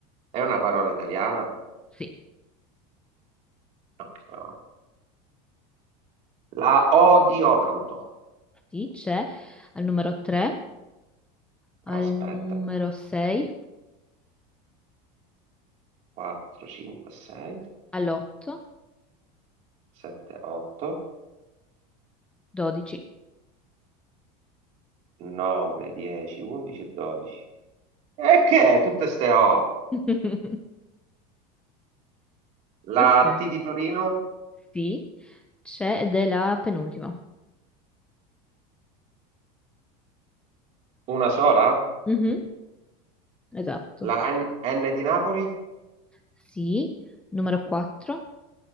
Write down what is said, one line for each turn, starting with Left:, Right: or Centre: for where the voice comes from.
Right: È una parola italiana?
Centre: Sì,
Right: No. no. La O di Otranto.
Centre: sì, c'è al numero 3, al
Right: Aspetta,
Centre: numero 6.
Right: 4, 5, 6,
Centre: All'8,
Right: 7, 8,
Centre: 12.
Right: 9, 10, 11 e 12. E che tutte ste O?
Centre: <laughs>
Right: La
Centre: Ok.
Right: T di Torino?
Centre: Sì, c'è ed è la penultima.
Right: Una sola?
Centre: Mhm, Esatto.
Right: La N, N di Napoli?
Centre: Sì, numero 4